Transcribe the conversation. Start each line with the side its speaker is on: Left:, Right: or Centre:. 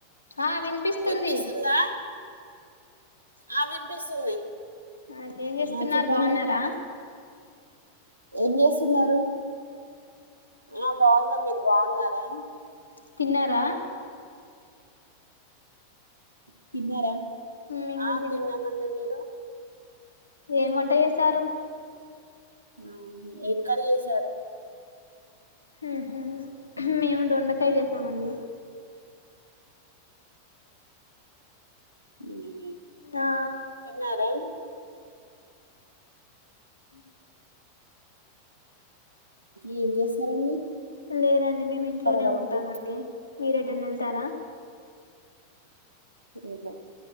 Left: ఆ వినిపిస్తుంది
Right: వినిపిస్తుందా ఆ వినిపిస్తుంది
Left: అ ఏం చేస్తున్నారు,
Right: ఆ చెప్పండి
Left: బాగున్నారా?
Right: ఏం చేస్తున్నారు? ఆ బాగున్నాం మీరు బాగున్నారా
Left: తిన్నారా
Right: తిన్నారా
Left: మేము
Right: ఆ
Left: కూడా
Right: తిన్నామండి మీరు
Left: ఏం వంట చేశారు?
Right: ఆ ఏం కర్రీ చేసారు?
Left: ఉ హు మేము దొండ ట్రై చేసామండి
Right: <inaudible>
Left: ఆ
Right: తిన్నారా
Left: <inaudible>
Right: ఏం చేశారండీ?
Left: లేదండి, మేము ఇంట్లోనే
Right: వర్క్
Left: ఉంటామండి మీరు ఎటన్న వెళ్తారా?
Right: ఇంట్ల